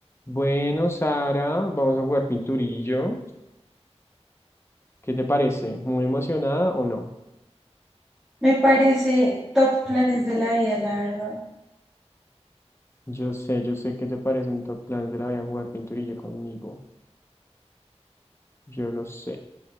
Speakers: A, on the left; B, in the centre.
A: Bueno, Sara, vamos a jugar pinturillo. ¿Qué te parece? ¿Muy emocionada o no?
B: Me parece top planes de la vida, la verdad.
A: Yo sé, yo sé qué te parecen top plans de la vida jugar pinturillo conmigo. Yo lo sé.